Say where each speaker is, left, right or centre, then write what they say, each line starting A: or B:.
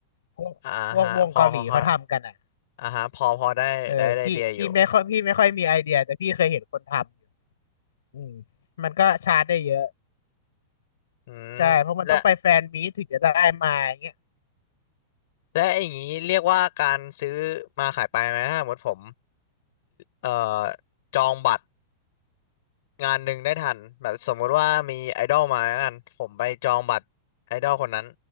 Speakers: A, on the left; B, on the left.
A: พวกพวกวงเกาหลีเขาทำกันอ่ะ
B: อ่าฮะพอพอเข้าอ่าฮะพอพอได้ได้ไอเดียอยู่
A: เออพี่พี่ไม่ค่อยพี่ไม่ค่อยมีไอเดียแต่พี่เคยเห็นคนทำอยู่อืมมันก็ชาร์จได้เยอะ
B: อืมและ
A: ใช่เพราะมันต้องไปแฟนมีตถึงจะได้มาอย่างเงี้ย
B: และอย่างนี้เรียกว่าการซื้อมาขายไปไหมถ้าสมมติผมเอ่อจองบัตรงานหนึ่งได้ทันแบบสมมุติว่ามีไอดอลมาแล้วกันผมไปจองบัตรไอดอลคนนั้น